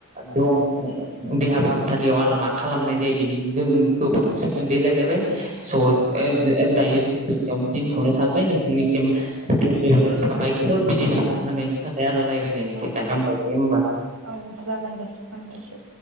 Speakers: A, on the right; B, on the right.
A: दं देहा फाहामसालियाव आरो मा खालामनाय जायो बिनि जों गोबां सोमोन्दै राय्लायबाय स ओ ओ दायो जों बेसेयावनो दोनथ'नो सानबाय नोंथांनिसिम जोबोर जोबोर साबायखर बिदि सम होनायनि थाखाय। आरो रायजलायनायनि
B: औ
A: थाखाय हामबायसै होनबा।
B: औ जागोन दे हबायसै।